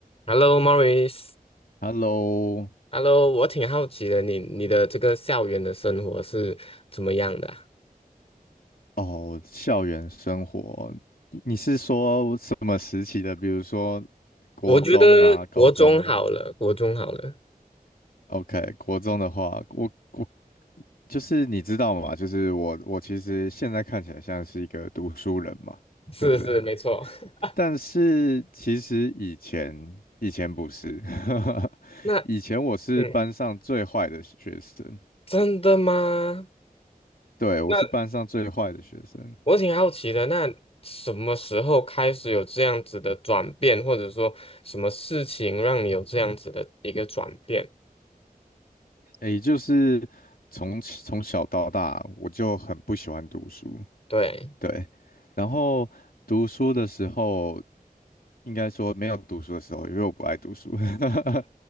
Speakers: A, on the left (about 40°); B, on the left (about 70°).
A: Hello, m o r r i s
B: Hello，
A: 哈 Hello，我挺好奇的，你你的这个校园的生活是怎么样的啊
B: 哦，校园生活，你你是说什么时期的？比如说国中啊、
A: 我觉得国中好了，
B: 高中
A: 国中好了，
B: ？OK，国中的话，我我就是你知道嘛，就是我我其实现在看起来像是一个读书人嘛，
A: 是是没错。
B: 对不对？
A: <laughs>
B: 但是其实以前以前不是，<laughs>
A: 那
B: 以前我是班上最坏的学生，
A: 嗯，真的吗？
B: 对，我是班上最坏的学生，
A: 那我挺好奇的，那什么时候开始有这样子的转变，或者说什么事情让你有这样子的一个转变？
B: 诶，就是从从小到大，我就很不喜欢读书，
A: 对，
B: 对。然后读书的时候，应该说没有读书的时候，因为我不爱读书。<laughs>